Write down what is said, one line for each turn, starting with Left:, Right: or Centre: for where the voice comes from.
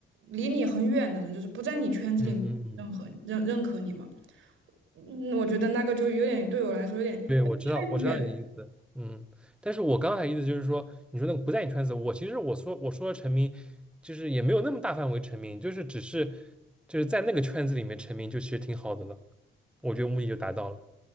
Right: 离你很远的人，就是不在你圈子里认可认认可你嘛。
Centre: 嗯嗯嗯，
Right: 嗯，我觉得那个就有点对我来说有点有点太远。
Centre: 对，我知道，我知道你的意思，嗯，但是我刚才意思就是说，你说那个不在你圈子，我其实我说我说的沉迷，就是也没有那么大范围成名，就是只是就是在那个圈子里面成名，就其实挺好的了，我觉得目的就达到了。